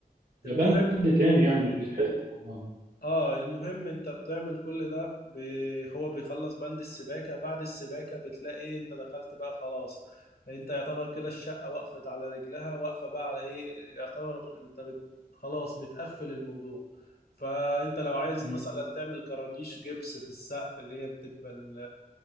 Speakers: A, on the right; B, on the left.
A: ده
B: المهم
A: بند تاني يعني مش بيتحسب مع بعض
B: اه المهم انت بتعمل كل ده ب... هو بيخلص بند السباكة بعد السباكة بتلاقي انت دخلت بقى خلاص انت يعتبر كده الشقة وقفت على رجلها واقفة بقى على ايه يعتبر انت بت... خلاص بتقفل الموضوع فانت لو عايز
A: مم.
B: مثلا تعمل كرانيش جبس في السقف اللي هي بتبقى ال-